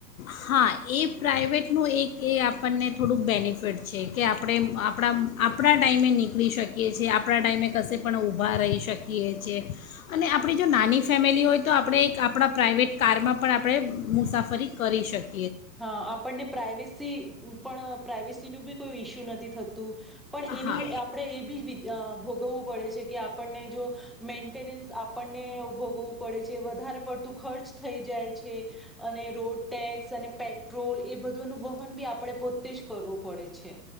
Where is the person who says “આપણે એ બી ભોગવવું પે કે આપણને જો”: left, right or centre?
Centre